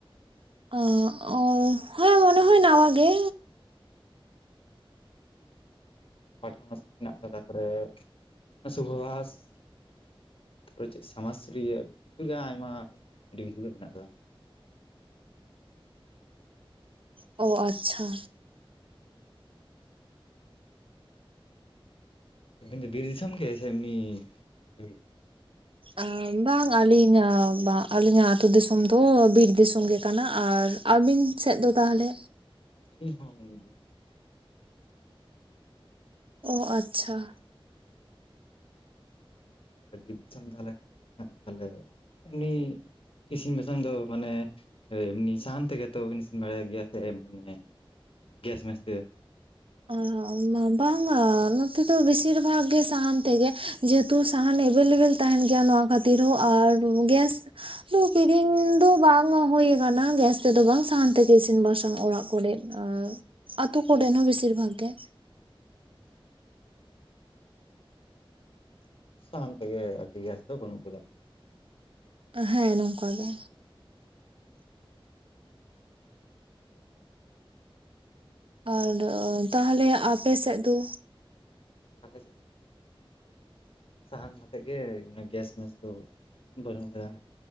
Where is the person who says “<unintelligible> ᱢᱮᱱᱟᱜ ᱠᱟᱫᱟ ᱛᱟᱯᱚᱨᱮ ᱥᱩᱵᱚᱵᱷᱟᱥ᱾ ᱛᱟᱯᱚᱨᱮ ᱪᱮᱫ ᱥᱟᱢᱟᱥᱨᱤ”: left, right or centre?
Left